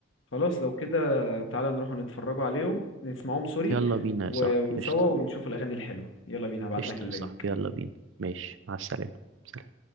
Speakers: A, on the left; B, on the right.
A: خلاص لو كده تعالى نروحوا نتفرجوا عليهم نسمعهم سوري
B: يلا بينا يا
A: و...
B: صاحبي
A: ونسوا
B: قشطة
A: ونشوف الأغاني الحلوة يلا بينا هبعتلك
B: قشطة
A: اللينك
B: يا صاحبي يلا بينا ماشي مع السلامة سلام.